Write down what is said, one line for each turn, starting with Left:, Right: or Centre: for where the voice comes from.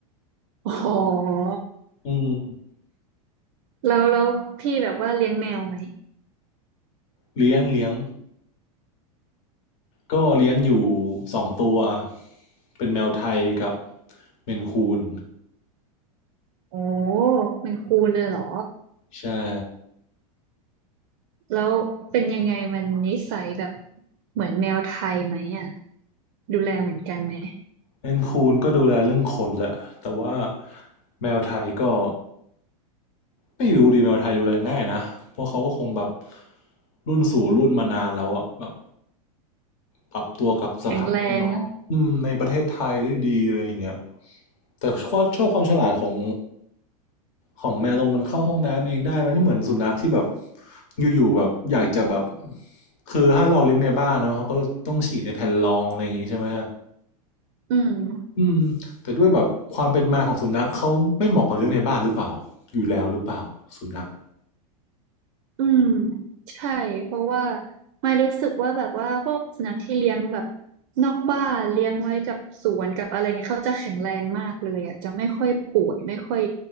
Right: อ๋อ
Left: อืม
Right: แล้วแล้วพี่แบบว่าเลี้ยงแมวไหม
Left: เลี้ยงเลี้ยงก็เลี้ยงอยู่สองตัวเป็นแมวไทยกับเมนคูน
Right: โอ้เป็นครูเลยเหรอ
Left: ใช่
Right: แล้วเป็นยังไงมันนิสัยแบบเหมือนแมวไทยไหมอ่ะดูแลเหมือนกันไหม
Left: เมนคูนก็ดูแลเรื่องขนแหละแต่ว่าแมวไทยก็ ไม่รู้ดีแมวไทยดูแลง่ายนะเพราะเขาก็คงแบบรุ่นสู่รุ่นมานานแล้วอะแบบปรับตัวกับสภาพแวดล้อมอืมในประเทศไทยได้ดีอะไรอย่างเงี้ย
Right: แข็งแรงอะ
Left: แต่ชอบชอบความฉลาดของของแมวตรงมันเข้าห้องน้ำเองได้มันไม่เหมือนสุนัขที่แบบอยู่ๆแบบอยากจะแบบคือถ้าเราเลี้ยงในบ้านเนาะเขาก็ต้องฉี่ในแผ่นรองอะไรอย่างงี้ใช่ไหม
Right: อืม
Left: อืมแต่ด้วยแบบความเป็นมาของสุนัขเขาไม่เหมาะกับเลี้ยงในบ้านหรือเปล่าอยู่แล้วหรือเปล่าสุนัข
Right: อืมใช่เพราะว่าไม่รู้สึกว่าแบบว่าพวกสุนัขที่เลี้ยงแบบนอกบ้านเลี้ยงไว้กับสวนกับอะไรเงี้ยเขาจะแข็งแรงมากเลยอ่ะจะไม่ค่อยป่วยไม่ค่อย